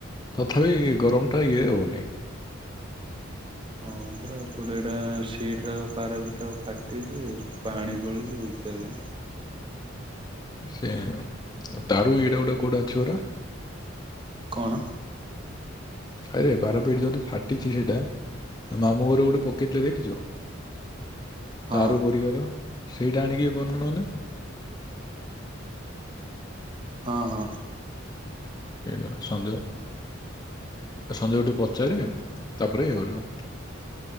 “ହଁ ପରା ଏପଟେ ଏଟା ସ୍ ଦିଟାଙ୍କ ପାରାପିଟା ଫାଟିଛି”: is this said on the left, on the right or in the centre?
Right